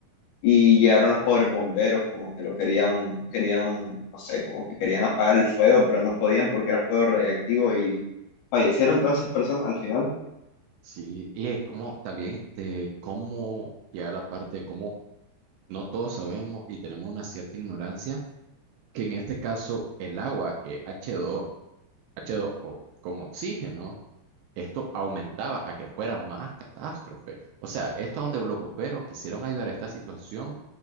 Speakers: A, on the left; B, on the right.
A: y
B: Sí,
A: llegaron los pobres bomberos como que lo querían, querían, no sé, como que querían apagar el fuego, pero no podían porque era fuego radiactivo y fallecieron todas esas personas al final.
B: sí, y es como también de cómo llega la parte de cómo no todos sabemos y tenemos una cierta ignorancia, que en este caso el agua que h dos h dos o con oxígeno, esto aumentaba a que fuera más catástrofe. O sea, esto donde los bomberos quisieron ayudar a esta situación,